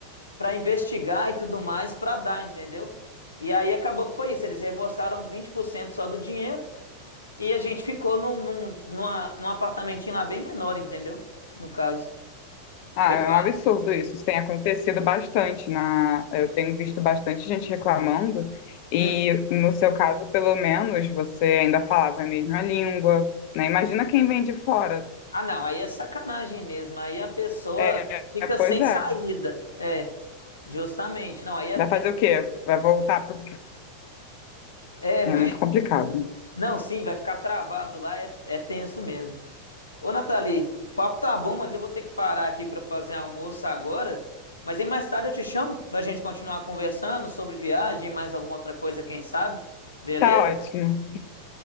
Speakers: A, on the left; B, on the left.
A: para investigar e tudo mais, para dar, entendeu? E aí acabou que foi isso, eles reembolsaram 20% só do dinheiro e a gente ficou num, num, numa- num apartamentinho lá bem menor, entendeu? No caso.
B: Ah,
A: Foi
B: é
A: pai.
B: um absurdo isso. Isso tem acontecido bastante na, eu tenho visto bastante gente reclamando e
A: Hum.
B: no seu caso, pelo menos, você ainda falava a mesma língua, né? Imagina quem vem de fora.
A: Ah, não, aí é sacanagem mesmo. Aí a pessoa
B: É,
A: fica
B: é, pois
A: sem
B: é.
A: saída. É, justamente. Não, aí é.
B: Vai fazer o quê? Vai voltar pro...
A: É, é,
B: É
A: vai.
B: muito complicado.
A: Não, sim, vai ficar travado lá, é, é tenso mesmo. Ô, Nathalie, o papo tá bom, mas eu vou ter que parar aqui pra fazer almoço agora. Mas aí mais tarde eu te chamo pra gente continuar conversando sobre viagem, mais alguma outra coisa, quem sabe? Beleza?
B: Tá ótimo.